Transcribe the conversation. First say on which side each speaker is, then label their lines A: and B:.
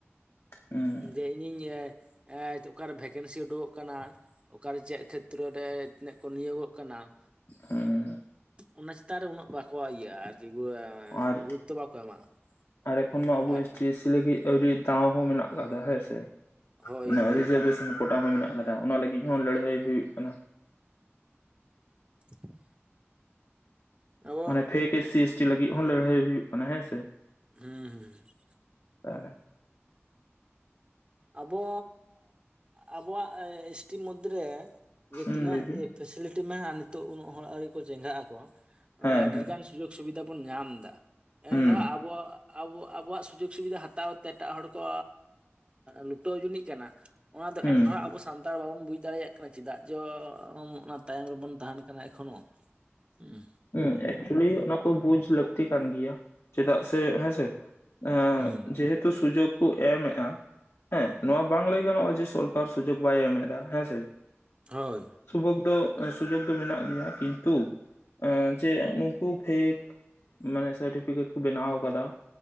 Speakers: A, on the left; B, on the right.
A: ᱦᱩᱸ
B: ᱡᱮ ᱤᱧᱤᱧ ᱚᱠᱟᱨᱮ ᱵᱷᱮᱠᱮᱱᱥᱤ ᱩᱰᱩᱠᱚᱜ ᱠᱟᱱᱟ ᱾ ᱚᱠᱟᱨᱮ ᱪᱮᱫ ᱠᱷᱮᱛᱨᱚ ᱨᱮ ᱛᱤᱱᱟᱹᱜ ᱠᱚ ᱱᱤᱭᱳᱜᱚᱜ ᱠᱟᱱᱟ ᱾
A: ᱦᱩᱸ
B: ᱚᱱᱟ ᱪᱮᱛᱟᱱ ᱨᱮ ᱩᱱᱟᱹᱜ ᱵᱟᱠᱚ ᱤᱭᱟᱹ ᱟᱨᱠᱤ ᱜᱩᱨ ᱦᱮ
A: ᱟᱨ
B: ᱸ, ᱜᱩᱨᱩᱛᱚ ᱵᱟᱠᱚ ᱮᱢᱟ᱾ᱦᱳᱭ
A: ᱟᱨ ᱮᱠᱷᱚᱱ ᱢᱟ ᱟᱵᱚ <unintelligible> ᱫᱟᱣ ᱦᱚᱸ ᱢᱮᱱᱟᱜ ᱟᱠᱟᱫᱟ ᱦᱮᱸᱥᱮ
B: ᱦᱳᱭ
A: ᱨᱮ <unintelligible>
B: ᱦᱳᱭ
A: ᱠᱚᱴᱟ ᱦᱚᱸ ᱢᱮᱱᱟᱜ ᱟᱠᱟᱫᱟ, ᱚᱱᱟ ᱞᱟᱹᱜᱤᱫ ᱦᱚᱸ ᱞᱟᱹᱲᱦᱟᱹᱭ ᱦᱩᱭᱩᱜ ᱠᱟᱱᱟ ᱾
B: <inaudible> ᱟᱵᱚ
A: ᱢᱟᱱᱮ fake S C S T ᱞᱟᱹᱜᱤᱫ ᱦᱚᱸ ᱞᱟᱹᱲᱦᱟᱹᱭ ᱦᱩᱭᱩᱜ ᱠᱟᱱᱟ ᱦᱮᱸᱥᱮ ᱾
B: ᱦᱩᱸ ᱦᱩᱸ ᱾
A: ᱛᱟᱦᱚᱞᱮ
B: ᱟᱵᱚ ᱟᱵᱚᱣᱟᱜ ᱮᱥ ᱴ ᱢᱚᱫᱽᱫᱷ ᱨᱮ ᱡᱮ
A: ᱦᱩᱸ
B: ᱛᱤᱱᱟᱹᱜ
A: ᱞᱟᱹᱭ ᱵᱤᱱ
B: ᱯᱷᱮᱥᱮᱞᱤᱴᱤ ᱢᱟ ᱱᱤᱛᱚᱜ ᱩᱱᱟᱹᱜ ᱦᱚᱲ ᱟᱹᱣᱨᱤ ᱠᱚ ᱪᱮᱸᱜᱟᱜ ᱟᱠᱚ
A: ᱦᱮᱸ
B: ᱟᱹᱰᱤᱜᱟᱱ
A: ᱦᱮᱸ
B: ᱥᱩᱡᱳᱜ ᱥᱩᱵᱤᱫᱷᱟ ᱵᱚᱱ ᱧᱟᱢ ᱮᱫᱟ ᱮᱱᱨᱮᱦᱚᱸ
A: ᱦᱩᱸ
B: ᱟᱵᱚᱣᱟᱜ ᱟᱵᱚ ᱟᱵᱚᱣᱟᱜ ᱥᱩᱡᱳᱜᱽ ᱥᱩᱵᱤᱫᱷᱟ ᱦᱟᱛᱟᱣ ᱛᱮ ᱮᱴᱟᱜ ᱦᱚᱲ ᱠᱚ ᱞᱩᱴᱟᱹᱣ ᱡᱩᱱᱤᱡ ᱠᱟᱱᱟ ᱚᱱᱟ ᱫᱚ
A: ᱦᱩᱸ
B: ᱮᱱᱨᱮᱦᱚᱸ ᱟᱵᱚ ᱥᱟᱱᱛᱟᱲ ᱵᱟᱵᱚᱱ ᱵᱩᱡᱽ ᱫᱟᱲᱮᱭᱟᱜ ᱠᱟᱱᱟ ᱪᱮᱫᱟᱜ ᱡᱚ ᱚᱱᱟ ᱛᱟᱭᱚᱢ ᱨᱮᱵᱚᱱ ᱛᱟᱦᱮᱱ ᱠᱟᱱᱟ ᱮᱠᱷᱚᱱᱳ ᱦᱩᱸ
A: ᱦᱮᱸ ᱮᱠᱪᱩᱞᱤ ᱚᱱᱟ ᱠᱚ ᱵᱩᱡ ᱞᱟᱹᱠᱛᱤ ᱠᱟᱱ ᱜᱮᱭᱟ ᱪᱮᱫᱟᱜ ᱥᱮ ᱦᱮᱸᱥᱮ ᱮ
B: ᱦᱩᱸ
A: ᱡᱮᱦᱮᱛᱩ ᱥᱩᱡᱳᱜᱽ ᱠᱚ ᱮᱢᱼᱮᱟ ᱦᱮᱸ ᱱᱚᱣᱟ ᱵᱟᱝ ᱞᱟᱹᱭ ᱜᱟᱱᱚᱜᱼᱟ ᱡᱮ ᱥᱚᱨᱠᱟᱨ ᱥᱩᱡᱳᱜ ᱵᱟᱭ ᱮᱢ ᱮᱫᱟ ᱦᱮᱸᱥᱮ
B: ᱦᱳᱭ
A: ᱥᱩᱵᱳᱜ ᱫᱚ ᱥᱩᱡᱳᱜ ᱫᱚ ᱢᱮᱱᱟᱜ ᱜᱮᱭᱟ ᱠᱤᱱᱛᱩ ᱪᱮ ᱩᱱᱩᱠᱩ ᱯᱷᱮᱠ ᱢᱟᱱᱮ ᱥᱟᱨᱴᱤᱯᱷᱤᱠᱮᱴ ᱠᱚ ᱵᱮᱱᱟᱣ ᱟᱠᱟᱫᱟ ᱾